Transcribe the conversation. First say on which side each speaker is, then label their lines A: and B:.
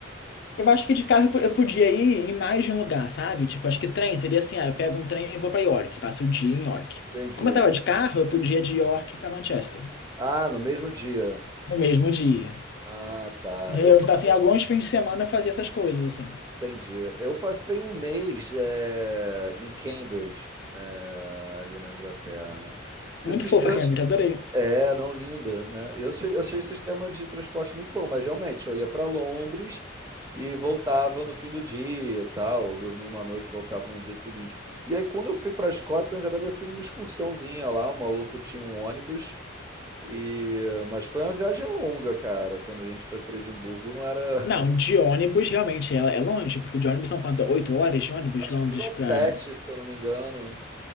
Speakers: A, on the left (about 55°); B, on the right (about 15°).
A: Eu acho que de carro eu po- eu podia ir em mais de um lugar, sabe? Tipo, acho que trem seria assim: ah, eu pego um trem e vou pra York, passo o dia em York.
B: Entendi.
A: Como eu tava de carro, eu podia ir de York pra Manchester,
B: Ah, no mesmo dia.
A: no mesmo dia.
B: Ah, tá.
A: Entendeu?
B: Eu pa-
A: Então, assim, alguns fins de semana eu fazia essas coisas, assim.
B: entendi. Eu passei um mês é, em Cambridge, é, ali na Inglaterra, né? E
A: Muito
B: o sistema,
A: fofa, Cambridge, adorei.
B: é, não, linda, né? Eu achei, eu achei o sistema de transporte muito bom, mas realmente eu ia para Londres e voltava no fim do dia, e tal, ou dormia uma noite, e voltava no dia seguinte. E aí quando eu fui para a Escócia, na verdade eu fui numa excursãozinha lá, o maluco tinha um ônibus e, mas foi uma viagem longa, cara. Quando a gente foi para Edimburgo, não era
A: Não, de ônibus, realmente, é, é longe, porque de ônibus são quanto? Oito horas de ônibus,
B: Acho
A: de Londres
B: que foram
A: pra...
B: sete, se eu não me engano.